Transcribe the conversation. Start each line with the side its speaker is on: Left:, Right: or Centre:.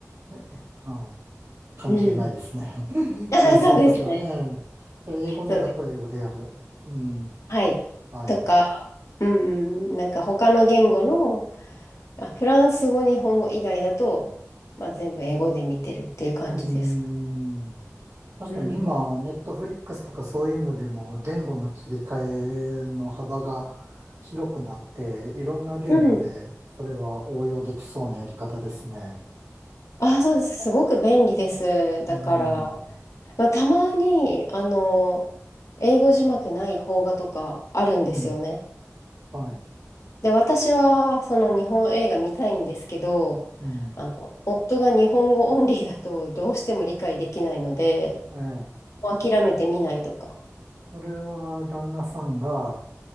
Right: え、えあの関係ないですね。
Left: うん。
Right: <laughs>
Left: <laughs> あそうですね。
Right: ええ、その時は、ええ、じゃあ、英語のだと英語でやる。
Left: そうです。
Right: うん。
Left: はい。
Right: はい。
Left: とかうんうん、
Right: う
Left: なんか他の言語の、あ、フランス語、日本語以外だと、まあ、全部英語で見てるっていう感じですか。
Right: ーん。確かに今、
Left: うん。
Right: ネットフリックスとかそういうのでも言語の切り替えの幅が広くなって、いろんな言語でそれは応用できそうなやり方ですね。
Left: うん。あ、そうです。すごく便利です。
Right: うん。
Left: だから、まあ、たまに、あの、英語字幕ない邦画とかあるんですよね。
Right: うん。はい。
Left: で、私は、その日本映画見たいんですけど、
Right: うん。
Left: あの、夫が日本語オンリーだとどうしても理解できないので、
Right: ええ。
Left: もう諦めて見ないとか。
Right: それは旦那さんが